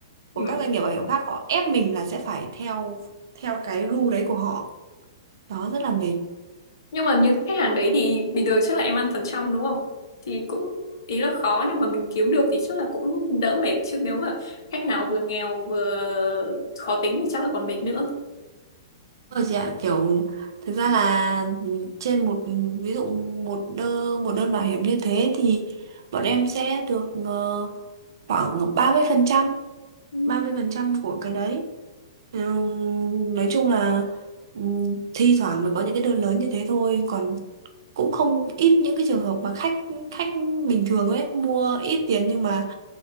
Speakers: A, on the right; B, on the left.
A: của
B: ừ.
A: các doanh nghiệp bảo hiểm khác họ ép mình là sẽ phải theo theo cái rule đấy của họ đó rất là mệt
B: nhưng mà những khách hàng đấy thì bình thường chắc là em ăn phần trăm đúng không thì cũng ý là khó nhưng mà mình kiếm được thì chắc là cũng đỡ mệt chứ nếu mà khách nào vừa nghèo vừa khó tính thì chắc là còn mệt nữa
A: rồi chị ạ kiểu thực ra là trên một ví dụ một đơn một đơn bảo hiểm như thế thì bọn em sẽ được ờ, khoảng ba mươi phần trăm
B: Ừ.
A: 30 phần trăm của cái đấy Ờ, nói chung là ừm, thi thoảng mới có những cái đơn lớn như thế thôi còn cũng không ít những cái trường hợp mà khách khách bình thường ấy mua ít tiền nhưng mà